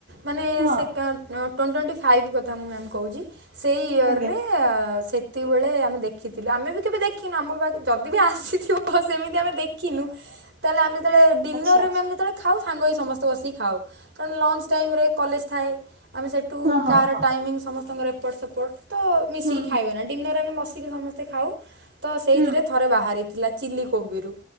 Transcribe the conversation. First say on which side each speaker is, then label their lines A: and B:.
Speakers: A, on the right; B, on the right.
A: ମାନେ
B: ହଁ
A: ସେ କେ ଟ୍ଵେଣ୍ଟି ଟ୍ୱେଣ୍ଟି ଫାଇଭ୍ କଥା ମୁଁ ମ୍ୟାମ୍ କହୁଛି। ସେଇ ଇୟର
B: ଆଜ୍ଞା।
A: ରେ ସେତିକବେଳେ ଆମେ ଦେଖିଥିଲୁ ଆମେ ବି କେବେ ଦେଖିନୁ ଆମକୁ ଯଦି ବି ଆସିଥିବ ସେମିତି ଆମେ ଦେଖିନୁ ତାହେଲେ ଆମେ ଯେତେବେଳେ ଡିନରରେ
B: ଆଚ୍ଛା
A: ମ୍ୟାମ୍ ଯେତେବେଳେ ଖାଉ ସାଙ୍ଗ ହେଇ ସମସ୍ତେ ବସିକି ଖାଉ କାରଣ ଲଞ୍ଚ ଟାଇମ୍ କଲେଜ୍ ଥାଏ। ଆମେ ସେଇଠୁ
B: ହଁ ହଁ
A: କାହାର
B: ହଁ
A: ଟାଇମିଙ୍ଗ ସମସ୍ତଙ୍କର ଏପର୍ଟ ସେପର୍ଟ ତ ମିଶିକି
B: ହୁଁ
A: ଖାଇହୁଏନା
B: ହୁଁ
A: ଡିନର୍ ଆମେ ମିସିକି ସମସ୍ତେ ଖାଉ ତ ସେଇଥିରେ
B: ହୁଁ
A: ଥରେ ବାହାରିଥିଲା ଚିଲି କୋବିରୁୁ